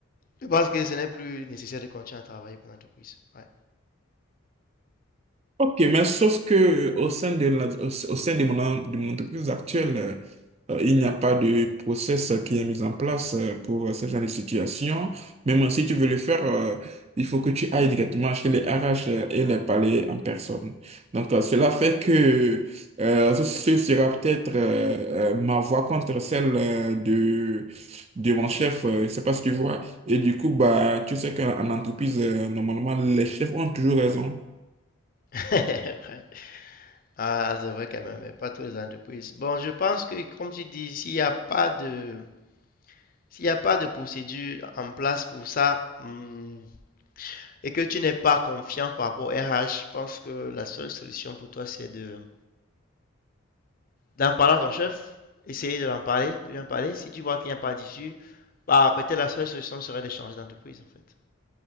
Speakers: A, on the left; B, on the right.
A: je pense que ce n'est plus nécessaire de continuer à travailler pour l'entreprise. Ouais.
B: Ok, mais sauf que euh, au sein de la, au, au sein de mon, en- de mon entreprise actuelle, euh, euh, il n'y a pas de process euh, qui est mis en place euh, pour euh, ce genre de situation. Même si tu veux le faire, euh, il faut que tu ailles directement chez les RH euh, et les parler en personne. Donc, euh, cela fait que euh, ce, ce sera peut-être euh, euh, ma voix contre celle euh, de, de mon chef. euh, je ne sais pas si tu vois. Et du coup, bah, tu sais qu'en en entreprise, euh, normalement, les chefs ont toujours raison.
A: <laughs> Ouais. Ah, c'est vrai quand même, mais pas toutes les entreprises. Bon, je pense que, comme tu dis, s'il n'y a pas de, s'il n'y a pas de procédure en place pour ça, hmm, et que tu n'es pas confiant par rapport au RH, je pense que la seule solution pour toi, c'est de, d'en parler à ton chef, essayer de l'en parler, de lui en parler. Si tu vois qu'il n'y a pas d'issue, bah, peut-être la seule solution serait d'échanger d'entreprise, en fait.